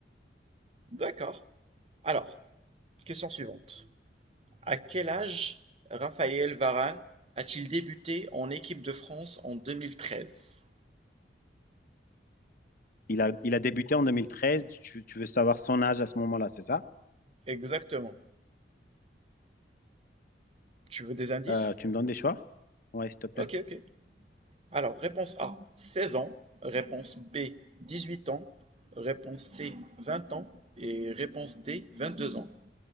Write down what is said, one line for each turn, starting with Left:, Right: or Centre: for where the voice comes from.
Right: d'accord. Alors, question suivante. À quel âge Raphaël Varane a-t-il débuté en équipe de France en deux mille treize
Left: Il a, il a débuté en deux mille treize Tu, tu veux savoir son âge à ce moment-là, c'est ça?
Right: Exactement. Tu veux des indices?
Left: Euh, tu me donnes des choix? Ouais, s'il te plaît.
Right: Ok, ok. Alors, réponse A, 16 ans. Réponse B, 18 ans. Réponse C, 20 ans. Et réponse D, 22 ans.